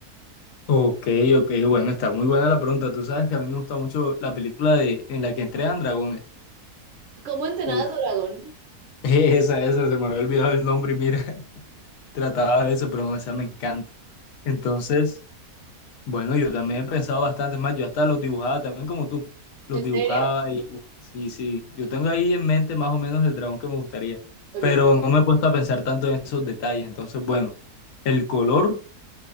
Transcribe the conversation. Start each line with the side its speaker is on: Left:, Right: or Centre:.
Left: Ok, ok, bueno, está muy buena la pregunta. Tú sabes que a mí me gusta mucho la película de, en la que entrenan dragones.
Right: ¿Cómo entrenar
Left: Uf,
Right: a tu dragón?
Left: <laughs> esa, esa, se me había olvidado el nombre y mira, <laughs> trataba de eso, pero no, esa me encanta. Entonces... Bueno, yo también he pensado bastante más, yo hasta los dibujaba también como tú, los
Right: ¿En
Left: dibujaba
Right: serio?
Left: y y sí, sí, yo tengo ahí en mente más o menos el dragón que me gustaría,
Right: Ok.
Left: pero no me he puesto a pensar tanto en esos detalles, entonces bueno, el color,